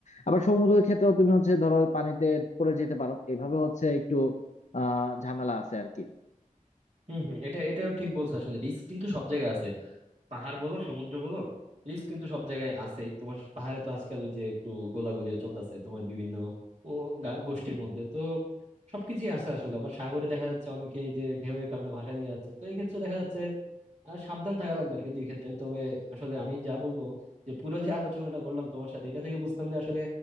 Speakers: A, on the left; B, on the right.
A: আবার সমুদ্রের ক্ষেত্রেও তুমি হচ্ছে ধরো পানিতে পড়ে যেতে পারো এভাবে হচ্ছে একটু আহ ঝামেলা আছে আর কি
B: হম হম এটা এটাও ঠিক বলছো আসলে রিস্ক কিন্তু সব জায়গায় পাহাড় বলো সমুদ্র বলো রিস্ক কিন্তু সব জায়গায় আছেই তোমার পাহাড়ে তো আজকাল ওই যে একটু গোলাগুলিও চলতেছে তোমার বিভিন্ন ও গা- গোষ্ঠীর মধ্যে তো সবকিছুই আছে আসলে আবার সাগরে দেখা যাচ্ছে অনেকে এই যে ঢেউয়ের কারণে ভাসায় নিয়ে যাচ্ছে তো এই ক্ষেত্রে দেখা যাচ্ছে আহ সাবধান থাকা লাগবে আর কি দুই ক্ষেত্রে তবে আসলে আমি যা বলবো যে পুরো যে আলোচনাটা করলাম তোমার সাথে এটা থেকে বুঝলাম যে আসলে